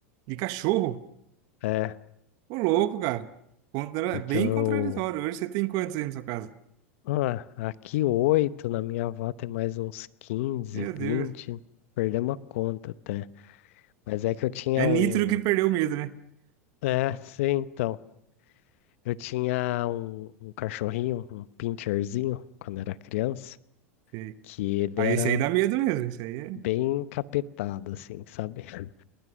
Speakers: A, on the right; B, on the left.
A: De cachorro?
B: É,
A: Ô, louco, cara. Contra...
B: porque
A: Bem
B: eu.
A: contraditório. Hoje você tem quantos aí na sua casa?
B: Ah, aqui oito, na minha avó tem mais uns quinze,
A: Meu
B: 20,
A: Deus.
B: perdemos a conta até. Mas é que eu tinha
A: É Nitro
B: um.
A: que perdeu o medo, né?
B: É, sim, então. Eu tinha um, um cachorrinho, um pincherzinho, quando era criança,
A: Sei.
B: que ele
A: Aí
B: era
A: esse aí dá medo mesmo. Esse aí
B: bem encapetado, assim, sabe? <laughs>